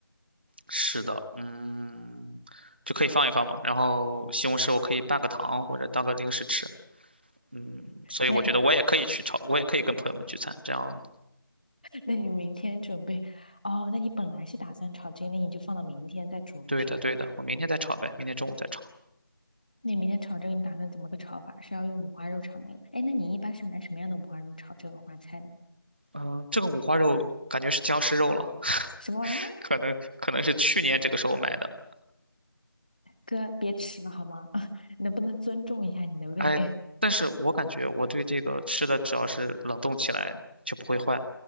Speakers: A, on the right; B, on the left.
A: 是的，嗯，就可以放一放嘛。然后西红柿我可以拌个糖或者当个零食吃，嗯，所以我觉得我也可以去炒，
B: 那 <laughs>
A: 我也可以跟朋友们聚餐，这样。
B: 那你明天准备？哦，那你本来是打算炒这个，那你就放到明天再煮了是吧？
A: 对的，对的，我明天再炒呗，明天中午再炒。
B: 那你明天炒这个，你打算怎么个炒法？是要用五花肉炒那个？哎，那你一般是买什么样的五花肉炒这个花菜呢？
A: 嗯，这个五花肉感觉是僵尸肉了，<laughs>
B: 什么玩意儿？
A: 可能可能是去年这个时候买的。
B: 哥，别吃了好吗？<laughs> 能不能尊重一下你的胃？
A: 哎，
B: <laughs>
A: 但是我感觉我对这个吃的只要是冷冻起来就不会坏，